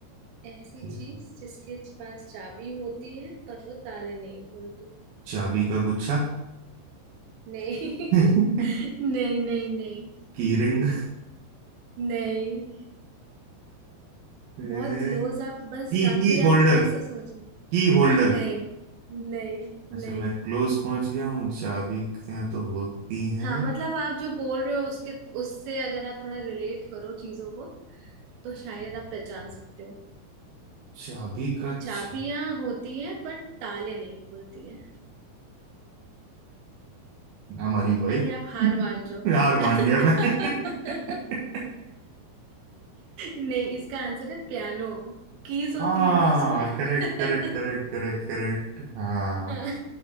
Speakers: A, on the right; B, on the right.
A: ऐसी
B: ठीक
A: चीज
B: है।
A: जिसके पास चाबी होती है पर वो ताले नहीं खोलती
B: चाबी का गुच्छा
A: नहीं
B: <laughs>
A: <laughs> नहीं नहीं नहीं
B: की रिंग
A: नहीं
B: <laughs>
A: बहुत क्लोज आप बस
B: की
A: काफी
B: की होल्डर
A: आप थोड़ा सा सोच
B: की होल्डर
A: हाँ नहीं नहीं
B: अच्छा
A: नहीं
B: मैं क्लोज पहुंच गया हूँ चाबी से तो होती हैं
A: हाँ मतलब आप जो बोल रहे हो उसके उससे अगर आप थोड़ा रिलेट करो चीजों को तो शायद आप पहचान सकते हो
B: चाबी का
A: चाबियां
B: छ...
A: होती है बट ताले नहीं खोलती है
B: हमारी वाइफ
A: अरे आप हार
B: <laughs>
A: मान जाओ <laughs>
B: हार
A: अरे,
B: मान गया मैं <laughs>
A: नहीं इसका आंसर है पियानो कीज होती
B: हाँ
A: है ना उसमें <laughs>
B: correct correct correct correct correct हाँ
A: हाँ